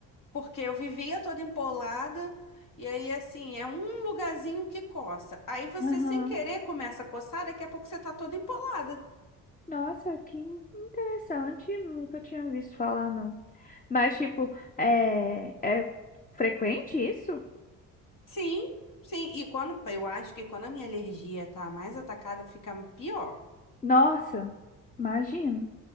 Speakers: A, on the left; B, on the left.
A: porque eu vivia toda empolada, e aí assim, é um lugarzinho que coça. Aí você
B: aham.
A: sem querer começa a coçar, daqui a pouco você tá toda empolada.
B: Nossa, que in- interessante. Nunca tinha visto falar, não. Mas, tipo, é, é frequente isso?
A: Sim, sim, e quando eu acho que quando a minha alergia tá mais atacada, fica pior.
B: Nossa, imagino.